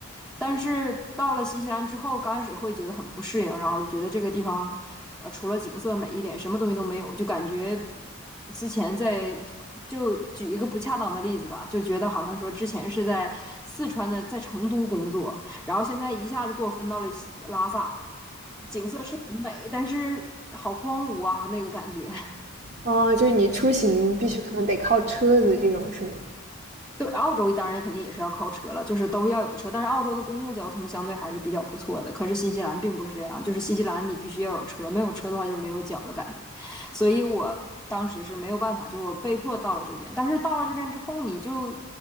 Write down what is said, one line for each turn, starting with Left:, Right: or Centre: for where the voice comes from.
Centre: 但是到了新西兰之后，刚开始会觉得很不适应，然后就觉得这个地方，呃，除了景色美一点，什么东西都没有，就感觉之前在就举一个不恰当的例子吧，就觉得好像说之前是在四川的，在成都工作，然后现在一下子给我分到了西拉萨，景色是很美，但是好荒芜啊，那个感觉。
Right: 哦，就是你出行必须可能得靠车子这种是吗？
Centre: 对，澳洲当然肯定也是要靠车了，就是都要有车。但是澳洲的公共交通相对还是比较不错的，可是新西兰并不是这样，就是新西兰你必须要有车，没有车的话就是没有脚的感觉。所以我当时是没有办法，就是我被迫到了这边。但是到了这边之后，你就